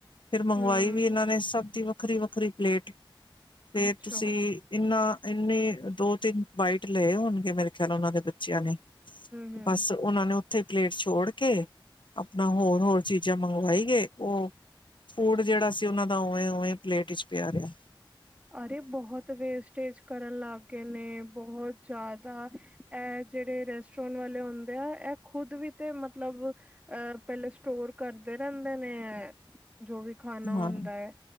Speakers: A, on the left (about 65°); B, on the right (about 15°).
A: ਫਿਰ ਮੰਗਵਾਈ
B: ਹੂੰ
A: ਵੀ ਇਹਨਾਂ ਨੇ ਸਭ ਦੀ ਵੱਖਰੀ- ਵੱਖਰੀ ਪਲੇਟ ਫੇਰ
B: ਅੱਛਾ
A: ਤੁਸੀਂ
B: ਹੂੰ
A: ਇੰਨਾ-ਇੰਨੀ, ਦੋ- ਤਿੰਨ ਬਾਈਟ ਲਏ ਹੋਨਗੇ ਮੇਰੇ ਖਿਆਲ ਉਹਨਾਂ ਦੇ ਬੱਚਿਆਂ ਨੇ
B: ਹੂੰ
A: ਬੱਸ ਓਹਨਾਂ ਨੇ ਉੱਥੇ ਪਲੇਟ ਛੋੜ ਕੇ ਆਪਨਾ ਹੋਰ- ਹੋਰ ਚੀਜ਼ਾਂ ਮੰਗਵਾਈ ਗਏ ਓਹ ਫੂਡ ਜੇੜਾ ਸੀ ਓਨਾਂ ਦਾ ਉਵੇਂ- ਉਵੇਂ ਪਲੇਟ ਵਿੱਚ ਪਿਆ ਰਿਆ
B: ਅਰੇ ਬੋਹਤ ਵੇਸਟੇਜ ਕਰਨ ਲੱਗ ਗਏ ਨੇ ਬਹੁਤ ਜਾਦਾ ਇਹ ਜੈੜੇ ਰੈਸਟੋਰੈਂਟ ਵਾਲੇ ਹੁੰਦੇ ਆ ਇਹ ਖ਼ੁਦ ਵੀ ਤੇ ਮਤਲੱਬ ਇਹ ਪਹਿਲੇ ਸਟੋਰ ਕਰਦੇ ਰਹਿੰਦੇ ਨੇ ਹੈ। ਜੋ ਵੀ ਖਾਨਾ
A: ਹਾਂ
B: ਹੁੰਦਾ ਐ।